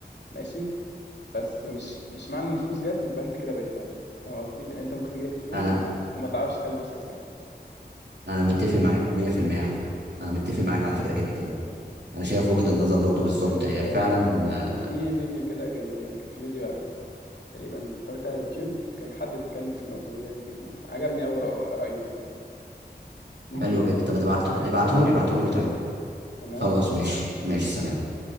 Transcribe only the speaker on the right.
انا
انا متفق معاك 100% على فكره انا متفق معاك على فكره جدا انا شايف وجهه النظر برضو بالظبط
هي
فعلا آه،
حلو جدا
طب ما تبعت ابعته
لي ابعته
لي
طيب
خلاص ماشي ماشي سلام